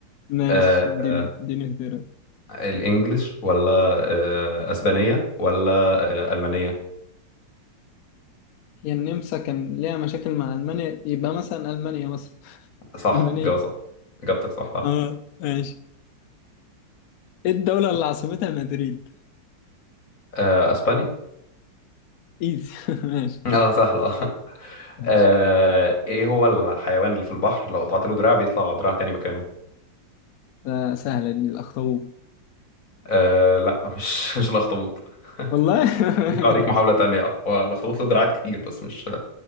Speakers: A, on the left; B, on the left.
A: ماشي
B: آه
A: اديني
B: آه
A: اديني اختيارات
B: الإنجليش ولا آه أسبانية ولا آه ألمانية
A: هي النمسا كان ليها مشاكل مع المانيا يبقى مثلا المانيا مثلا <laughs>
B: صح
A: المانيا
B: جواب صح إجابتك صح أه
A: اه ماشي ايه الدولة اللي عاصمتها مدريد
B: آه، أسبانيا
A: ايزي <laughs> ماشي
B: أه سهلة <laughs> آه.
A: ماشي
B: آه، إيه هو الحيوان اللي في البحر لو قطعت له دراع بيطلع دراع تاني مكانه؟
A: آه، سهلة دي الأخطبوط
B: آه لا <laughs> مش مش الأخطبوط <laughs>
A: والله <laughs>
B: ليك عليك محاولة تانية هو الأخطبوط له دراعات كتير بس مش